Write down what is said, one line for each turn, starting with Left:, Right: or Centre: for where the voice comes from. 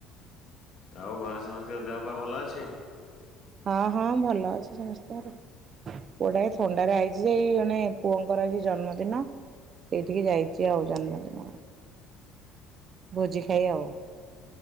Left: ଆଉ ଘରେ ସମସ୍ତଙ୍କ ଦେହପା ଭଲ ଅଛି?
Right: ହଁ ହଁ ଭଲ ଅଛି ସମସ୍ତଙ୍କର। ପୁଅ ଟା ଏ ଥଣ୍ଡାରେ ଆଇଛି ଯେଇ ଜଣେ ପୁଅଙ୍କର ଏ ଜନ୍ମଦିନ। ଏଇଠିକି ଯାଇଛି ଆଉ ଜନ୍ମଦିନ। ଭୋଜି ଖାଇ ଆଉ